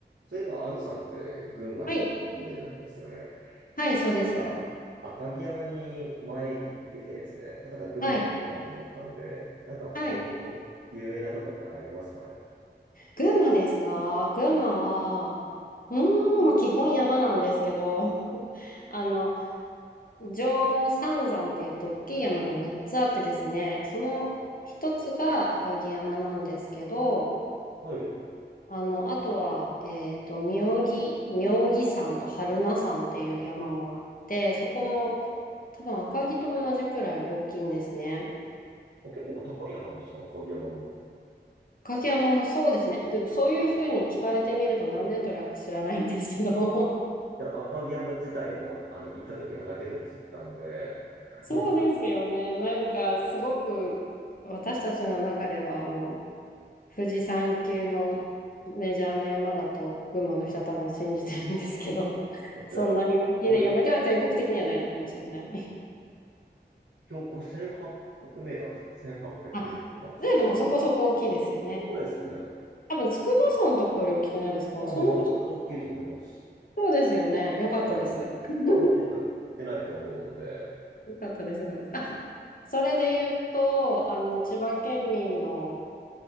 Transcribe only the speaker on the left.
はい、はい、
そうです。
はい、
はい。群馬ですか群馬は、うーん、まあ、基本山なんですけど、<laughs> あの、上毛三山っていうと大きい山が3つあってですね、その一つが赤城山なんですけど、
あの、あとは、えっと、妙義、妙義山と榛名山っていう山もあって、そこも多分赤城と同じくらい大きいんですね。
影山もそうですね。というかそういうふうに聞かれてみると何メートルだか知らないんですけど。
<laughs> そうですよね。
なんかすごく私たちの中ではあの富士山級のメジャーな山だと群馬の人は多分信じてるんですけど、<laughs>
そんなに大きな山では全国的にはないのかもしれない。
あ、じゃあでもそこそこ大きいですよね。
多分筑波山のところより大きくないですかそんなことないのかな
そうですよね。よかったです。
<laughs>
よかったです、よかったです。あ、それで言うと、あの、千葉県民の、